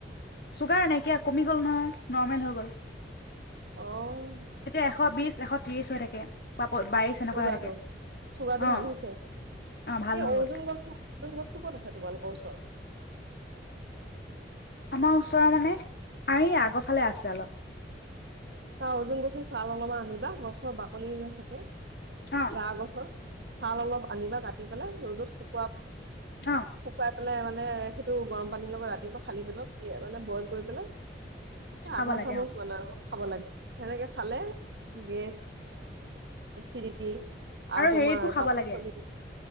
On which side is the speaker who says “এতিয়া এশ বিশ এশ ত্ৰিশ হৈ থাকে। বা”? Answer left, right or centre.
Left